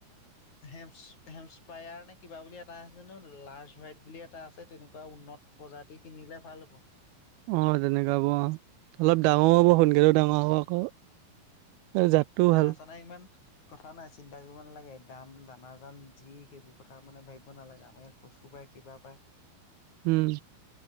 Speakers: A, on the left; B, on the right.
A: হেম্প হেম্পস্পায়াৰ নে কিবা বুলি এটা আছে নো লাৰ্জ হোৱাইট বুলি এটা আছে তেনেকুৱা উন্নত প্ৰজাতি কিনিলে ভাল হ'ব।
B: অ তেনেকাবোৰ অ অলপ ডাঙৰ হ'ব সোনকালও ডাঙৰ হ'ব আকৌ। এই জাতটোও
A: জানা
B: ভাল
A: ছানা ইমান। কথা নাই চিন্তা কৰিব নালাগে দাম দানাজান যি সেইবোৰ কথা মানে ভাবিব নালাগে আমাৰ ইয়াত কচু পৰাই। কিবা পায়।
B: উম